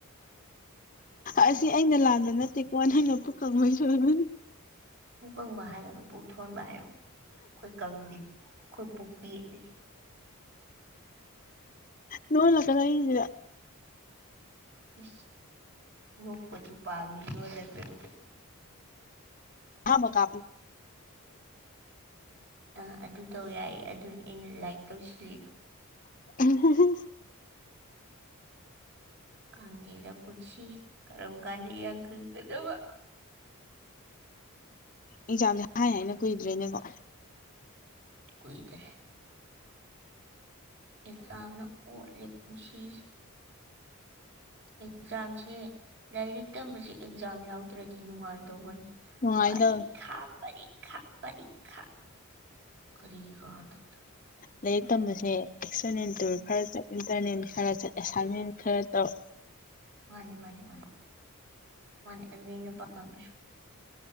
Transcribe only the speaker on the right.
ꯄꯨ ꯀꯪꯕ ꯍꯥꯏꯗꯅꯨ ꯄꯨꯛ ꯊꯣꯟꯕ ꯍꯥꯏꯕ ꯑꯩꯈꯣꯏ ꯀꯪꯗꯦ ꯑꯩꯈꯣꯏ ꯄꯨꯛ ꯄꯥꯠꯂꯤ
ꯏ ꯅꯄ ꯆꯨꯄ ꯃꯤꯣ ꯂꯩꯕꯅ
ꯑ ꯑꯗꯨ ꯇꯧ ꯌꯥꯏꯌꯦ ꯑꯗꯨꯅꯤ ꯑꯩꯅ ꯂꯥꯏꯛ ꯇꯧꯁꯤꯜꯂꯤꯗꯣ
ꯀꯪꯒꯦꯗ ꯄꯨꯁꯤ ꯀꯔꯝ ꯀꯥꯟꯗ ꯀꯗꯕ
ꯀꯣꯏ ꯀꯦ ꯏꯜꯖꯝꯅ ꯑꯣ ꯑ ꯄꯨꯁꯤ ꯑꯦꯛꯖꯥꯝꯁꯦ ꯂꯥꯏꯔꯤꯛ ꯇꯁ ꯑꯦꯛꯖꯥꯝ ꯌꯥꯎꯗ꯭ꯔꯗꯤ ꯅꯨꯡꯉꯥꯏꯗꯧꯕꯅꯤ
ꯄꯔꯤꯈꯥ ꯄꯔꯤꯈꯥ ꯄꯔꯤꯈꯥ ꯀꯔꯤꯒꯥꯟꯗ
ꯃꯥꯅꯤ ꯃꯥꯅꯤ ꯃꯥꯅꯤ ꯃꯥꯅꯤ ꯑꯗꯨꯅꯤ ꯑꯩꯅ ꯄꯥꯝꯕꯁꯨ